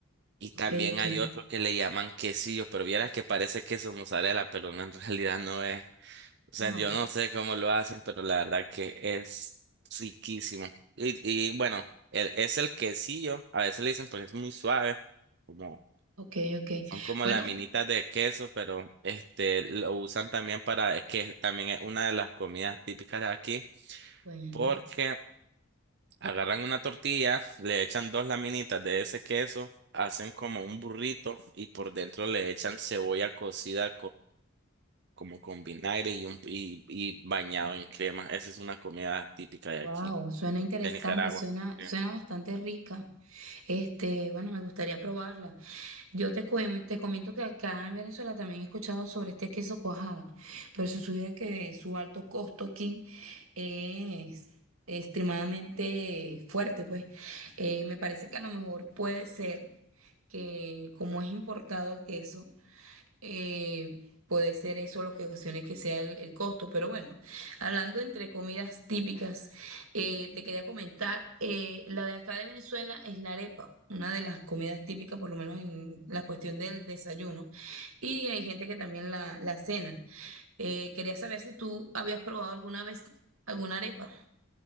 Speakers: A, on the right (about 55°); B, on the right (about 85°).
A: Y también
B: ok, ok.
A: hay otro que le llaman quesillo, pero vieras que parece queso mozzarella, pero no, en <laughs> realidad no es. O
B: No,
A: sea, yo no sé cómo lo hacen, pero la verdad que es riquísimo. Y, y bueno, el- es el quesillo, a veces le dicen porque es muy suave, como,
B: ok, ok.
A: son como
B: Bueno,
A: laminitas de queso, pero este lo usan también para, es que también es una de las comidas típicas de aquí,
B: bueno.
A: porque agarran una tortilla, le echan dos laminitas de ese queso, hacen como un burrito y por dentro le echan cebolla cocida como con vinagre y, un, y, y bañado en crema. Esa es una comida típica de
B: Wow,
A: aquí,
B: suena interesante,
A: de Nicaragua.
B: suena,
A: Sí.
B: suena bastante rica. Este, bueno, me gustaría probarla. Yo te, cuen- te comento que acá en Venezuela también he escuchado sobre este queso cuajada, pero si supiera que su alto costo aquí es extremadamente fuerte, pues eh, me parece que a lo mejor puede ser que como es importado el queso, eh, puede ser eso lo que ocasione que sea el, el costo, pero bueno, hablando entre comidas típicas, eh, te quería comentar, eh, la de acá de Venezuela es la arepa, una de las comidas típicas, por lo menos en la cuestión del desayuno, y hay gente que también la, la cena. Eh, quería saber si tú habías probado alguna vez alguna arepa.